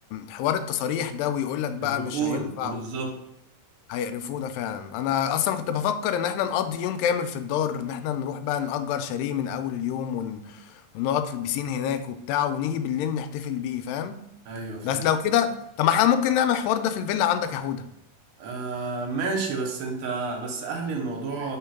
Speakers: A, on the left (about 85°); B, on the right (about 80°).
A: حوار التصاريح ده ويقول لك بقى
B: الدخول
A: مش هينفع
B: ما بالظبط
A: هيقرفونا فعلا أنا أصلا كنت بفكر إن إحنا نقضي يوم كامل في الدار إن إحنا نروح بقى نأجر شاليه من أول اليوم ون... ونقعد في البسين هناك وبتاع ونيجي بالليل نحتفل بيه فاهم
B: ايوه فاهم
A: بس لو كده طب ما إحنا ممكن نعمل الحوار ده في الفيلا عندك يا حودة
B: آه ماشي بس انت بس اهل الموضوع